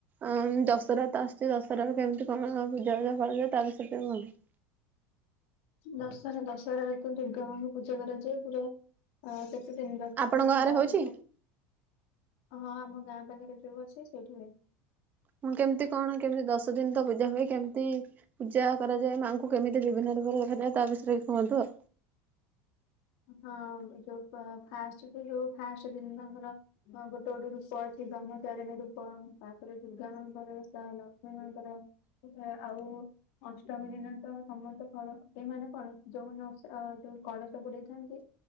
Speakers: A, on the right; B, on the left.
A: ଆଁ ଦଶରାତ ଆସୁଚି ଦଶରାରେ କେମିତି କଣ ପୂଜା <unintelligible> ଜା କରାଯିବ ତା ବିଷୟରେ ଟିଏ କୁଅନ୍ତୁ?
B: ଦଶରା ଦଶରା ତ ଦୁର୍ଗା ମାଙ୍କୁ ପୂଜା କରାଯାଏ ପୁରା ଅଁ କେତେ ଦିନ୍ ଦଶ
A: ଆପଣଙ୍କ
B: ଦିନ୍
A: ଗାଁରେ
B: ନଅ
A: ହଉଛି
B: ଦିନି ପ ହଁ ଆମ ଗାଁ ପାଖରେ ଯୋଉ ଅଛି ସେଇଠି ହୁଏ।
A: ହଁ କେମିତି କଣ କେମିତି ଦଶ ଦିନ୍ ତ ପୂଜା ହୁଏ କେମିତି? ପୂଜା କରାଯାଏ ମାଆଙ୍କୁ କେମିତି ବିଭିନ୍ନ ରୂପରେ ଦେଖାଯାଏ ତା ବିଷୟରେ କୁହନ୍ତୁ ଆ
B: ହଁ ଏ ଯୋଉ ପ ଫାଷ୍ଟେ ଦି ଯୋଉ ଫାଷ୍ଟେ ଦିନ ଆମର୍ ର୍ ଗୋଟେ ଗୋଟେ ରୂପ ଅଛି ବ୍ରମ ଚାରିଣୀ ରୂ ପ ଉୁଁ ତାପରେ ଦୁର୍ଗା ମାଙ୍କର ବେଷ, ଲକ୍ଷ୍ମୀ ମାଙ୍କର ଆଉ ଅନ୍ସ୍ ଟମି ଦିନତ ସମତ ଫଳ ଏମାନେ କଣ ଯୋଉମାନେ ଓଷ୍ ଆ ଯୋଉଁ କଳସ ବୁଡେଇଥାନ୍ତି